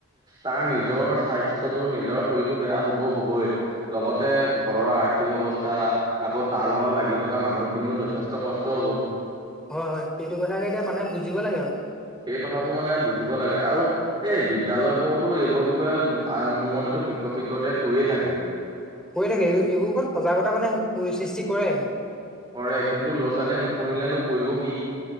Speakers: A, on the right; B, in the centre.
A: তাৰ নিজৰ স্বাস্থ্যটো নিজৰ শৰীৰটো বেয়া হব হবই। লগতে ঘৰৰ আৰ্থিক অৱস্থা। আকৌ তাৰ লগত লাগি থকা মানুহখিনিও যথেষ্ট কষ্ট হব।
B: হয়- হয় সেইটো কথাকে এতিয়া মানুহে বুজিব লাগে আৰু।
A: সেই কথাবোৰ মানে বুজিব লাগে আৰু এই বিদ্যয়ালয় বোৰতো এইবোৰ বিষয়ে মোৰ মতেটো শিক্ষক শিক্ষয়িতীয়ে কৈয়ে থাকে।
B: কৈয়ে থাকে এইটো এইবোৰ ওপৰত সজাগতা মানে সৃষ্টি কৰে।
A: কৰে কিন্তু ল'ৰা ছোৱালীয়ে নুশুনিলেনো কৰিব কি?